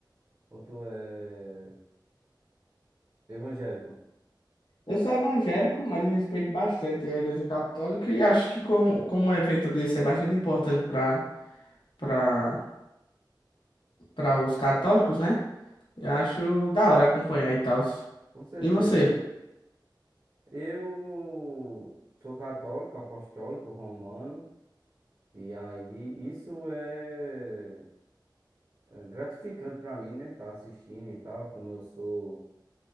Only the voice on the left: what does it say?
Eu sou evangélico, mas eu respeito bastante a Igreja Católica e acho que com, como um evento desse é bastante importante para para para os católicos, né? Eu acho da hora acompanhar e tal.
E você?